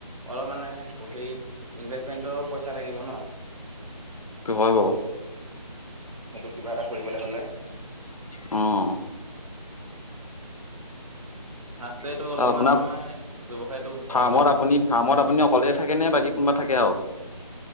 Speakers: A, on the right (about 65°); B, on the left (about 70°).
A: অলপ মানে হেৰি ইনভেষ্টমেণ্টৰো পইচা লাগিব ন। <inaudible>
B: সেইটো হয় বাৰু।
A: সেইটো কিবা এটা কৰিবলৈ হ'লে।
B: অঁ।
A: ফাষ্টট অলপমান
B: ত আপোনাৰ
A: মই ব্যৱসায়টো
B: ফাৰ্মত
A: অলপ
B: আপুনি
A: হব।
B: ফাৰ্মত আপুনি অকলে থাকে নে বাকী কোনোবা থাকে আৰু।